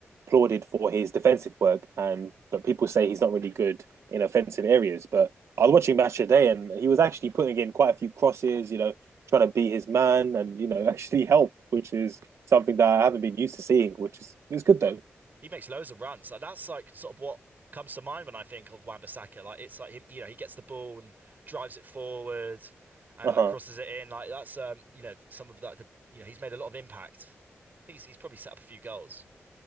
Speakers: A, on the right; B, on the right.
A: applauded for his defensive work, and but people say he's not really good in offensive areas. But I was watching Match Today, and he was actually putting in quite a few crosses, you know, trying to be his man and you know <laughs> actually help, which is something that I haven't been used to seeing, which is it's good though.
B: He makes loads of runs. Like that's like sort of what comes to mind when I think of Wan-Bissaka. Like it's like him, you know, he gets the ball and drives it forward and
A: Uh
B: like
A: huh.
B: crosses it in. Like that's um, you know, some of that the, you know, he's made a lot of impact. I think he's, he's probably set up a few goals.